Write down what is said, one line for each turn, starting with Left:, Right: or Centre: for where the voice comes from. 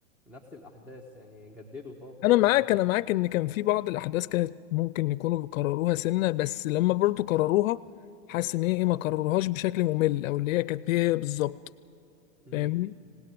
Centre: نفس الأحداث يعني جددوا طب
Left: انا معاك
Centre: <laughs> ما تبقى
Left: انا معاك ان كان في بعض الاحداث كانت ممكن يكونوا بيكرروها سنه بس لما برضو كرروها حاسس ان هي ايه ما كرروهاش بشكل ممل او اللي هي كانت هي بالظبط
Centre: امم
Left: فاهمني